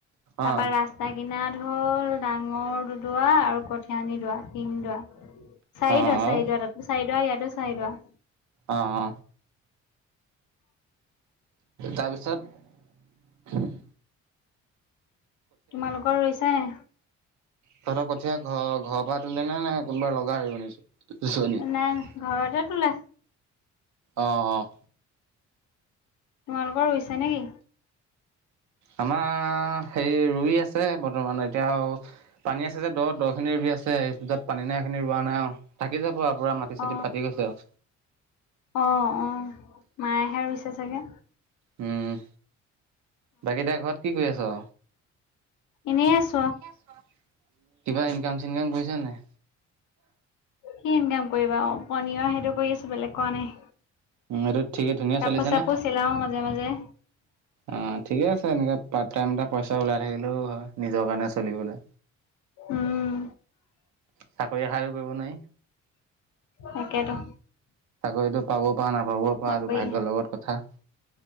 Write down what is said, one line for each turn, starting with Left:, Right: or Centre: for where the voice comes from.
Right: অ',
Left: তাপা ৰাস্তা কিনাৰত হল ডাঙৰ দুদৰা আৰু কঠিয়ানি দুৱা তিন দুৱা চাৰি
Right: অ',
Left: দোৱা
Right: আৰু
Left: চাৰি দোৱা তাতো চাৰি দোৱা ইয়াতো চাৰি দোৱা৷
Right: অ অ তাৰপিছ তেত
Left: তোমালোকৰ ৰুইছে নে?
Right: তহঁতৰ কঠীয়া ঘৰ-ঘৰ পৰা তোলে নে-নে কোনোবা লগাই ৰোৱে? পিচনিত
Left: নাই ঘৰতে তোলে
Right: অহ-অহ
Left: তোমালোকৰ হৈছে নে কি?
Right: আমাৰ হেৰি ৰুই আছে বৰ্তমান, এতিয়া আও পানী আছে যে দ- দ খিনি ৰুই আছে, য'ত পানী নাই, সেইখিনি ৰোৱা নাই আৰু থাকি যাব আৰু পুৰা মাটি
Left: অ
Right: চাতি ফাটি গৈছে আও।
Left: অ', অ', মায়েহে ৰুইছে চাগে।
Right: উম, বাকী এতিয়া ঘৰত কি কৰি আছ।
Left: ইনেই আছ
Right: <unintelligible> কিবা ইনকাম চিনকাম কৰিছা নাই।
Left: কি ইনকাম কৰিবা আও পনীৰৰ সেইটো কৰি আছো বেলেগ কৰা নাই।
Right: উম এইটো ঠিকেই ধুনীয়া
Left: কাপোৰ
Right: চলিছেনে?
Left: চাপোৰ চিলাও মাজে মাজে।
Right: অ ঠিকে আছে এনেকে পাত টাইম এটা পইচা ওলাই থাকিলেও হয়। নিজৰ কাৰণে চলিবলৈ।
Left: উম
Right: চাকৰি আশাটো কৰিব নোৱাৰি
Left: তাকেটো
Right: এইটো পাব পাৰ নাপাবও পাৰ
Left: চাকৰি
Right: আৰু ভাগ্যৰ লগত কথা।